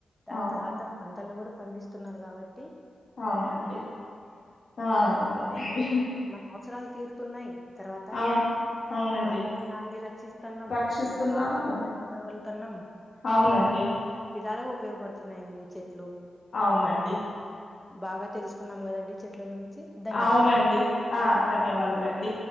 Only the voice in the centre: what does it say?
దాని
తర్వాత పంటల్లో గుడ పండిస్తున్నారు గాబట్టి
మన అవసరాలు తీరుతున్నాయి తర్వాత
వాతావరణాన్ని రక్షిస్తున్నాం
మనం ఆర్థికంగా నిలబడగలుగుతున్నాం
విధాలగా ఉపయోగ ఉపయోగపడుతున్నాయండి చెట్లు
బాగా తెలుసుకున్నాం కదండి చెట్ల గురించి డి ధన్యవాదాలు